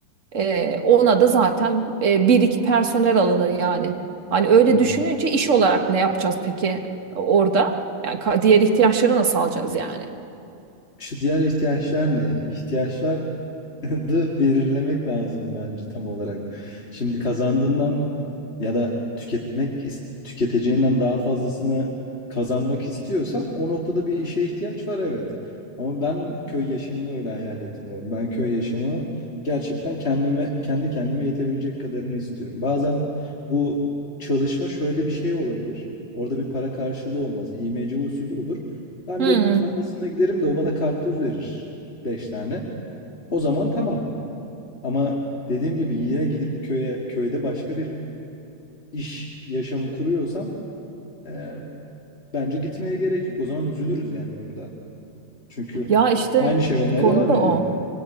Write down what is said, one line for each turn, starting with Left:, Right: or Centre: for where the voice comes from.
Right: Ee, ona da zaten e, bir iki personel alınır yani. Hani öyle
Left: hı hı.
Right: düşününce iş olarak ne yapacağız peki e, orada? Yani ka- diğer ihtiyaçları nasıl alacağız yani?
Left: İşte diğer ihtiyaçlar ne? İhtiyaçlar <laughs> da belirlemek lazım bence tam olarak. Şimdi kazandığından ya da tüketmek is- tüketeceğinden daha fazlasını kazanmak istiyorsan o noktada bir işe ihtiyaç var evet. Ama ben köy yaşamını öyle hayal etmiyorum. Ben köy yaşamı gerçekten kendime kendi kendime yetebilecek kadarını istiyorum. Bazen bu çalışma şöyle bir şey olabilir. Orada bir para karşılığı olmaz. İMC usulü olur. Ben
Right: Hmm.
Left: birinin tarlasına giderim de o bana karpuz verir. Beş tane. O zaman tamam. Ama dediğim gibi yine gidip köye köyde başka bir iş yaşamı kuruyorsam eee, bence gitmeye gerek yok. O zaman üzülürüz yani orada. Çünkü
Right: Ya işte
Left: aynı şey olmaya
Right: konu
Left: devam
Right: da
Left: ediyor.
Right: o.